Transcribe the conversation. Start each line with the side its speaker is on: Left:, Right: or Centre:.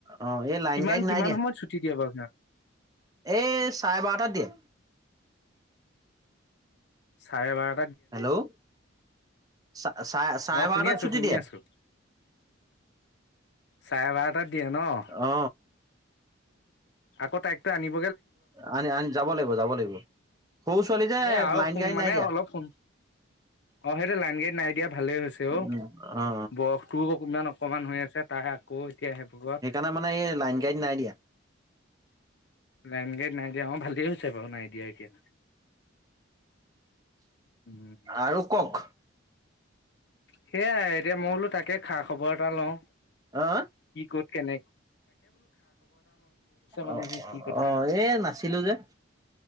Right: অ এই লাইন
Left: কিমান
Right: গাড়ীত নাই
Left: কিমান
Right: দিয়া
Left: সময়ত ছুটি দিয়ে বাৰু সিহতক
Right: এই চাৰে বাৰটাত দিয়ে
Left: চাৰে বাৰ
Right: হেল্ল' চা চা চাৰেবাৰটাত
Left: অ', শুনি আছো
Right: ছুটি
Left: শুনি
Right: দিয়ে
Left: আছো চাৰে বাৰটাত দিয়ে ন
Right: অ
Left: আকৌ তাইকটো আনিব
Right: আনি আনি যাব লাগিব যাব লাগিব সৌ ছোৱালী যে
Left: এ আৰু
Right: লাইন
Left: সোন
Right: গাড়ীত
Left: মানে
Right: নাই দিয়া
Left: অলপ সোন অ সেই যে লাইন গাড়ীত নাই দিয়া ভালেই হৈছে অ
Right: উম অ অ
Left: বৰফটোও অকমান অকমান হৈ আছে তাই আকৌ এতিয়া সেইবোৰত
Right: সেইকাৰণে মানে এই লাইন গাড়ীত নাই দিয়া
Left: লাইন গাড়ীত নাই দিয়া অ ভালেই হৈছে বাৰু নাই দিয়া এতিয়া উম
Right: আৰু কওক
Left: সেয়াই এতিয়া মই বোলো তাকে খা খবৰ এটা লওঁ
Right: অ
Left: কি ক'ত কেনেক মানুহবোৰ
Right: অ
Left: কি কথা
Right: অহ এই নাছিলো যে